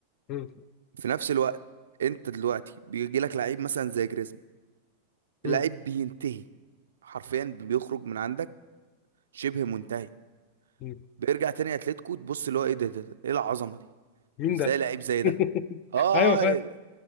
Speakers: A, on the left; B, on the right.
A: مم.
B: في نفس الوقت انت دلوقتي بيجي لك لعيب مثلا زي جريزمان
A: مم.
B: اللعيب بينتهي حرفيا بيخرج من عندك شبه منتهي
A: مم.
B: بيرجع تاني اتلتيكو تبص اللي هو ايه ده, ده, ده ايه العظمه دي
A: مين
B: ازاي
A: ده؟
B: لعيب زي ده
A: <laughs>
B: اه
A: ايوه فعلا
B: اه إيه،